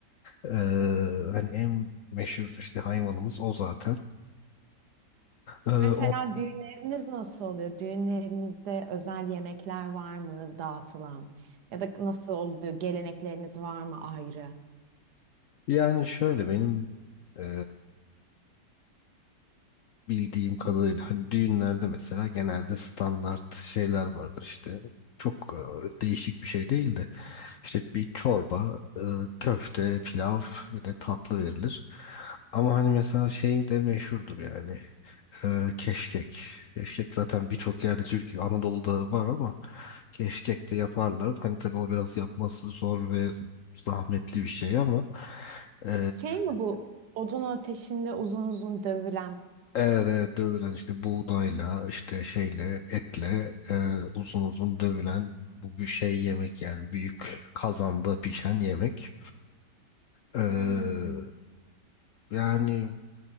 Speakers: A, on the left; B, on the right.
A: Ee, hani en meşhur işte hayvanımız o zaten. Ee,
B: Mesela
A: o
B: düğünleriniz nasıl oluyor? Düğünlerinizde özel yemekler var mı dağıtılan? Ya da nasıl oluyor? Gelenekleriniz var mı ayrı?
A: yani şöyle benim ee, bildiğim kadarıyla hani düğünlerde mesela genelde standart şeyler vardır işte. Çok e, değişik bir şey değil de işte bir çorba, e, köfte, pilav bir de tatlı verilir. Ama hani mesela şey de meşhurdur yani e, keşkek. Keşkek zaten birçok yerde Türkiye, Anadolu'da var ama keşkek de yaparlar. Hani tabii o biraz yapması zor ve zahmetli bir şey ama e,
B: Şey mi bu odun ateşinde uzun uzun dövülen?
A: Evet, evet dövülen işte buğdayla işte şeyle etle e, uzun uzun dövülen bu bir şey yemek yani büyük kazanda pişen yemek. E,
B: Hmm.
A: yani